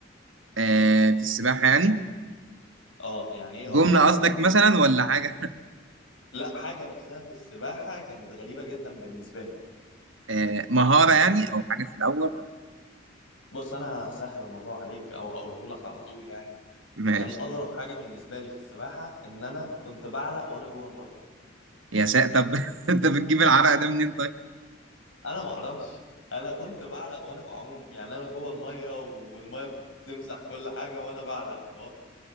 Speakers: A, on the right (about 80°); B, on the left (about 85°).
A: آه في السباحه يعني
B: اه يعني ايه
A: جمله
B: اكتر حاجة
A: قصدك
B: ممكن
A: مثلا
B: تبقى
A: ولا حاجه
B: لا حاجة نفسها في السباحة كانت غريبة جدا بالنسبة لي
A: آه مهاره يعني او حاجه في الاول ولا-
B: بص انا هسهل الموضوع عليك او هقوله لك على طول يعني
A: ماشي
B: كان اغرب حاجة بالنسبة لي في السباحة ان انا كنت بعلق وانا جوه المية
A: يا ساتر طب <laughs> انت بتجيب العرق ده منين طيب
B: انا ما اعرفش انا كنت بعرق وانا بعوم يعني انا جوه الميه والميه بتمسح كل حاجه وانا بعرق اللي هو